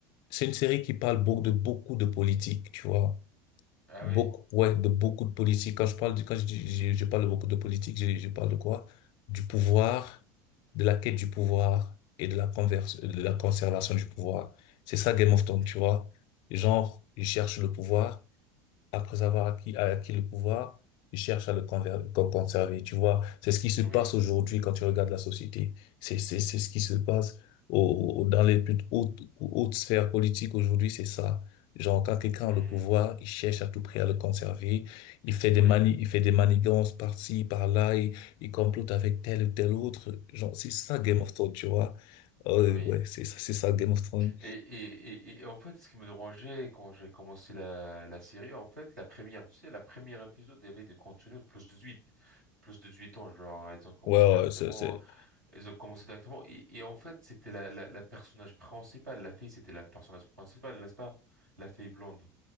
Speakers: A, on the left (about 55°); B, on the right (about 80°).
A: c'est une série qui parle beaucoup de beaucoup de politique, tu vois.
B: Ah
A: Beaucoup,
B: oui.
A: ouais, de beaucoup de politique. Quand je parle de, quand je, dis- je, je parle de beaucoup de politique, je, je parle de quoi? Du pouvoir, de la quête du pouvoir
B: Mhm,
A: et de la converse, de la conservation du pouvoir. C'est ça Game of Thrones,
B: hmm.
A: tu vois. Genre, ils cherchent le pouvoir après avoir acquis, acquis le pouvoir, ils cherchent à le conver- con- conserver. Tu vois, c'est ce qui se passe
B: Oui.
A: aujourd'hui quand tu regardes la société. C'est, c'est, c'est ce qui se passe au, au- dans les plus hautes, hautes sphères politiques aujourd'hui, c'est ça. Genre, quand quelqu'un
B: Hmm,
A: a le pouvoir, il cherche à tout prix à le conserver. Il fait des
B: Oui.
A: mani, il fait des manigances par-ci, par-là. Il, il complote avec tel ou tel autre. Genre, c'est ça Game
B: Hmm,
A: of Thrones, tu vois. Euh,
B: Oui.
A: ouais, c'est ça, c'est ça Game of Thrones.
B: Et, et, et, et en fait, ce qui me dérangeait quand j'ai commencé la, la série, en fait, la première, tu sais, la première épisode, il y avait des contenus de plus de 18, plus de 18 ans, genre, ils ont commencé
A: Ouais,
B: directement,
A: ouais, c'est, c'est-
B: ils ont commencé directement, et, et en fait, c'était la, la, la personnage principale, la fille, c'était la personnage principale, n'est-ce pas? La fille blonde.